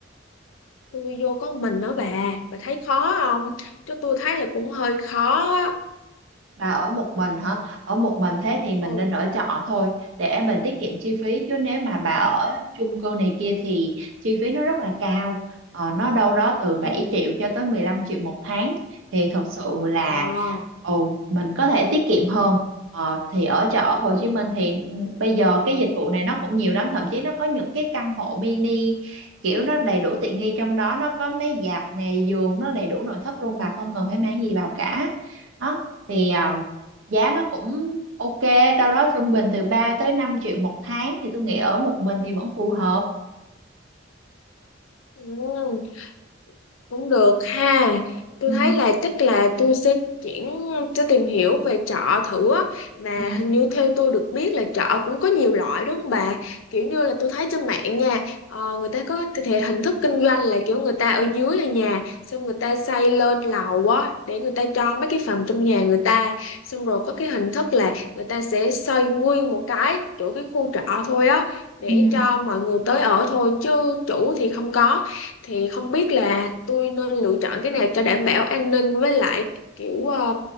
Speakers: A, on the left; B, on the right.
A: tôi vô có một mình đó bà bà thấy khó không chứ tôi thấy là cũng hơi khó á
B: Bà ở một mình hả? Ở một mình thế thì mình
A: ừ
B: nên ở trọ thôi để mình tiết kiệm chi phí chứ nếu mà bà ở chung cư này kia thì chi phí nó rất là cao. Ờ, nó đâu đó từ
A: ừ
B: 7 triệu cho tới 15 triệu một tháng thì thật sự là
A: wow
B: ồ, mình có thể tiết kiệm hơn. Ờ, thì ở trọ ở Hồ
A: ừ
B: Chí Minh thì ừ, bây giờ cái dịch vụ này nó cũng nhiều lắm thậm chí nó có những cái căn hộ mini kiểu nó đầy đủ tiện nghi trong đó nó có máy giặt này giường nó đầy đủ nội thất luôn bà không cần phải mang gì vào cả đó thì um, giá nó cũng ok đâu đó trung bình từ 3 tới 5 triệu một tháng thì tôi nghĩ ở một mình thì vẫn phù hợp
A: ừ cũng được ha tôi
B: ừ
A: thấy là chắc là tôi sẽ chuyển sẽ tìm hiểu về chợ thử á mà
B: ừ
A: hình như theo tôi được biết là chợ cũng có nhiều loại đúng không bà kiểu như là tôi thấy trên mạng nha ờ, người ta có thể hình thức kinh doanh là kiểu người ta ở dưới là nhà xong người ta xây lên lầu á để người ta cho mấy cái phòng trong nhà người ta xong rồi có cái hình thức là người ta sẽ xây nguyên một cái chỗ cái khu trọ thôi á để
B: ừ
A: cho mọi người tới ở thôi chứ chủ thì không có thì không biết là tôi nên lựa chọn cái nào cho đảm bảo an ninh với lại kiểu ờ,